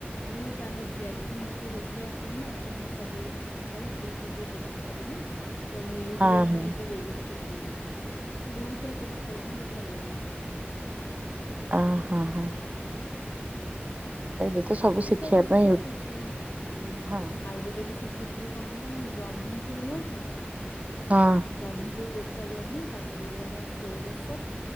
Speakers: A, on the left; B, on the right.
A: ମୁଁ ଜାଣନଥିଲି ଆଜି ମୁଁ କହିଲି ମତେ ରୋଷେଇ ଆସେନି ନା ତ ମୁଁ ସବୁ ଜିନିଷ କଣ କହିଲ ୟୁଟ୍ୟୁବ ରୁ ଦେଖିକି କରେ ନା। ତ ମୁଁ ୟୁଟ୍ୟୁବରେ
B: ହଁ ହଁ
A: ଜଣ ଏବେ ଦେଖି ଶିଖିଲି ହଁ ବହୁତଥର କରି ଖାଇଲେଣି ବହୁତ ଭଲ ଲାଗେ କିନ୍ତ ଏଟା।
B: ଅ ହଁ ହଁ।
A: ଉଁ ହୁଁ।
B: ଏବେ ତ ସବୁ
A: କିଛିଟା
B: ଶିଖିବା
A: ଜିନିଷ
B: ପାଇଁ
A: ଶିଖୁଛି ହୁଁ
B: ହଁ
A: ଆଉ ଗୋଟେ ବି ଶିଖୁ ଶିଖିଥିଲି କଣ କହିଲ ଜହ୍ନି ଯୋଉ ନୁହଁ କି?
B: ହଁ
A: ଜହ୍ନି ଯୋଉ ଗୋଟେ ଟା ଜହ୍ନି ତାକୁ ମାନେ ସୋରିଷ,